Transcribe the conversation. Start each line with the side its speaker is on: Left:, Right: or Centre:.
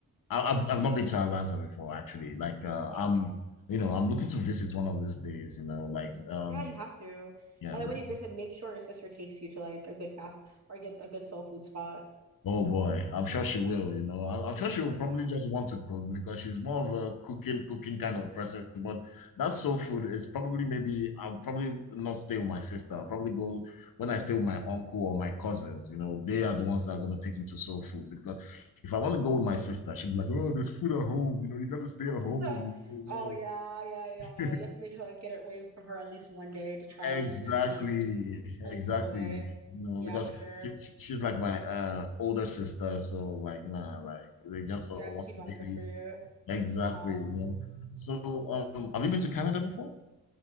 Left: I, I've, I've not been to Atlanta before, actually. Like, uh,
Right: Oh,
Left: I'm,
Right: okay.
Left: you know, I'm looking to visit one of these days, you know, like, um,
Right: Yeah, you have to.
Left: yeah,
Right: And
Left: because,
Right: then when you visit, make sure your sister takes you to like a good fast or get a good soul food spot.
Left: oh boy, I'm sure she will, you know, I, I'm sure she'll
Right: Yeah.
Left: probably just want to cook because she's more of a cooking, cooking kind of person. But that's soul food. It's probably maybe I'll probably not stay with my sister. I'll probably go when I stay with my uncle or my cousins, you know, they are the ones that are going to take me to soul food because if I want to go with my sister, she'll be like, oh, there's food at home, you know, you got to stay
Right: <laughs>
Left: at home. <laughs> So.
Right: Oh yeah, yeah, yeah.
Left: <laughs>
Right: No, you have to make sure like get it away from her at least one day to try
Left: Exactly,
Right: it, at least
Left: exactly.
Right: at least a single day.
Left: No,
Right: Yeah,
Left: because
Right: for sure.
Left: she, she's like my uh older sister, so like nah, like they just
Right: Yeah,
Left: uh, want
Right: so she'd
Left: to
Right: want to cook
Left: be
Right: for you.
Left: exactly,
Right: Um,
Left: you know. So um, have you been to Canada before?